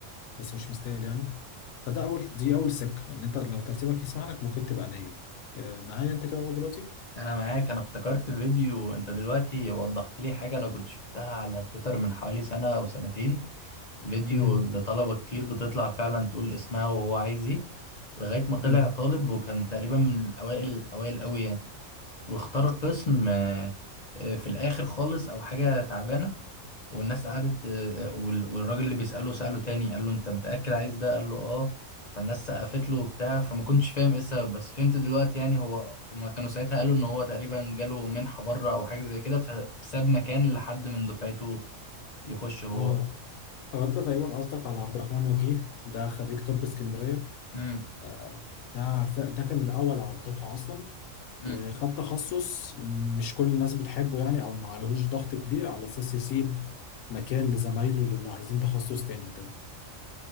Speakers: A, on the left (about 85°); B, on the left (about 50°).
A: بس مش مستاهل يعني فده اول دي اول سكه ان انت لو ترتيبك يسمح لك ممكن تبقى نايب آه، معايا انت كده لغاية دلوقتي
B: انا معاك انا افتكرت فيديو انت دلوقتي وضحت لي حاجة انا كنت شفتها على تويتر من حوالي سنة او سنتين فيديو
A: امم
B: لطلبة كتير بتطلع فعلا تقول اسمها وهو عايز ايه لغاية ما طلع
A: امم
B: طالب وكان تقريبا من أوائل الأوائل أوي يعني واختار قسم آه، آه، في الآخر خالص أو حاجة تعبانة والناس قعدت آه، آه، وال- والراجل اللي بيسأله سأله تاني قال له أنت متأكد عايز ده؟ قال له آه فالناس سقفت له وبتاع فما كنتش فاهم ايه السبب بس فهمت دلوقتي يعني هو هما كانوا ساعتها قالوا ان هو تقريبا جاله منحة بره او حاجة زي كده فساب مكان لحد من دفعته يخش هو
A: اه هو انت تقريبا قصدك على عبد الرحمن وجيه ده خريج طب اسكندريه
B: امم
A: آه، ده ف- ده كان الاول على الدفعه اصلا
B: امم
A: وخد تخصص مش كل الناس بتحبه يعني او ما عليهوش ضغط كبير على اساس يسيب مكان لزمايله اللي عايزين تخصص تاني وكده